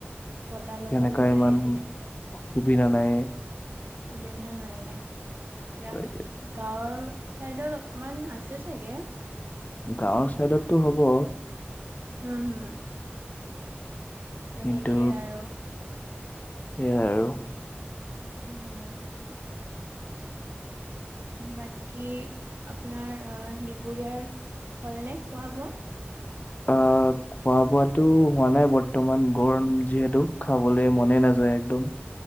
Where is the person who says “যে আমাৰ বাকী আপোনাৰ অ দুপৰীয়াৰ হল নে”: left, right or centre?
Right